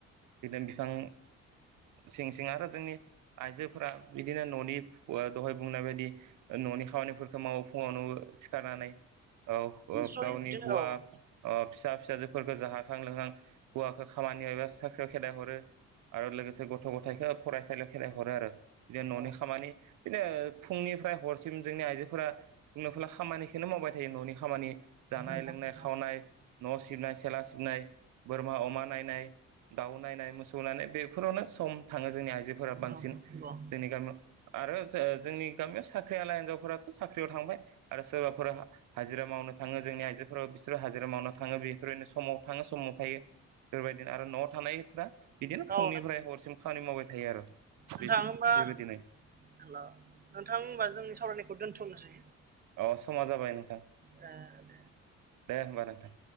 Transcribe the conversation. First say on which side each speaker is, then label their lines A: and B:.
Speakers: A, on the right; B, on the right.
A: बिदिनो बिफां सिं सिं आरो जोंनि आइजोफोरा बिदिनो न'नि दहाय बुंनाय बायदि न'नि खामानिफोरखौ मावो फुङावनो सिखारनानै औ ओ
B: जयै
A: गावनि
B: बिदिनो
A: हौवा
B: औ
A: ओ फिसा फिसाजोफोरखौ जाहाखां लोंहां हौवाखौ खामानियाव एबा साख्रियाव खेदाइ हरो आरो लोगोसे गथ' गथायाइखौ फरायसालि खेराय हरो आरो बिदिनो न'नि
B: औ
A: खामानि बिदिनो फुंनिफ्राय हरसिम जोंनि आइजोफोरा फला खामानिखौनो मावबाय थायो न'नि खामानि जानाय
B: नंगौ
A: लोंनाय
B: नंगौ
A: खावनाय न' सिबनाय सेला सिबनाय बोरमा अमा नायनाय दाउ नायनाय मोसौ नायनाय बेफोरावनो सम थाङो जोंनि आइजो फोर बांसिन
B: औ नंगौ
A: जोंनि गामियाव आरो जोंनि गामियाव साख्रियाला हिनजावफोराथ' साख्रियाव थांबाय आरो सोरबाफोरा हाजिरा माव नो थाङो जोंनि आइजोफोराव बिसोरो हाजिरा मावनो थाङो बेफोरबायदिनो समाव थाङो समाव थायो बेफोरबायदिनो आरो न'आव थानायफ्रा बिदिनो
B: औ
A: फुंनिफ्राय हरसिम खामानि मावबाय थायो आरो
B: नोंथाङ
A: बे
B: होमबा
A: बेबायदिनो
B: हेल' नोंथां होमबा जोंनि सावरायनायखौ दोन्थ'नोसै
A: अ समा जाबाय नोंथां
B: उम
A: दे होमबा नोंथां